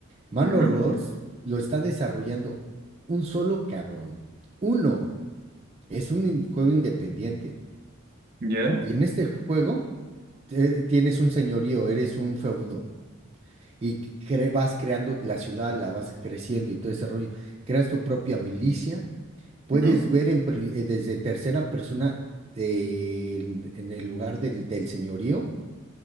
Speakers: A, on the right; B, on the right.
A: Manor
B: Ujú,
A: Lords lo está desarrollando un solo cabrón. Uno, es un in- juego independiente.
B: ¿Ya?
A: Y en este juego eh, tienes un señorío, eres un feudo. Y cre- vas creando la ciudad, la vas creciendo y todo ese rollo. Creas tu propia milicia. Puedes
B: ujú,
A: ver en pri- eh, desde tercera persona eh, en, en el lugar del del señorío